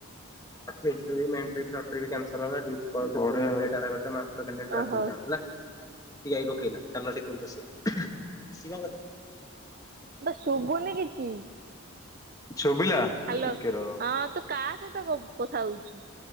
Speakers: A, on the left; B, on the right.
A: <unintelligible> ବଢିଆ ଆଉ। କାଲି ଟ୍ରାଫିକ ଜାମ୍ ହେଲା
B: ଓହୋ
A: ପିଆଇ ପକେଇଲା ଚାଲ ବସିବା ସିଏ କଣ କରିବ।
B: ବ ଶୁଭନି କିଛି।
A: ଶୁଭିଲା।
B: ହ୍ୟାଲୋ
A: ଟିକେ ରହ
B: ହଁ ତୁ କା ସହିତ କଥା ହଉଛୁ।